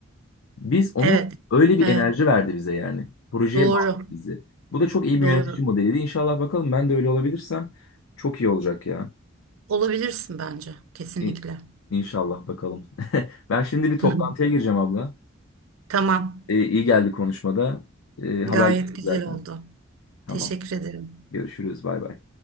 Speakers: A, on the left; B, on the right.
A: Biz onu
B: Evet.
A: öyle bir
B: Evet.
A: enerji verdi bize yani. Projeye
B: Doğru.
A: bağladı bizi. Bu da çok iyi bir
B: Doğru.
A: yönetici modeliydi. İnşallah bakalım ben de öyle olabilirsem çok iyi olacak ya.
B: Olabilirsin bence. Kesinlikle.
A: İ- İnşallah bakalım. <laughs> Ben şimdi bir toplantıya
B: Hı hı.
A: gireceğim abla.
B: Tamam.
A: Ee, iyi geldi konuşmada. Ee, haberleşiriz
B: Gayet güzel
A: zaten.
B: oldu.
A: Tamam.
B: Teşekkür ederim.
A: Görüşürüz. Bay bay.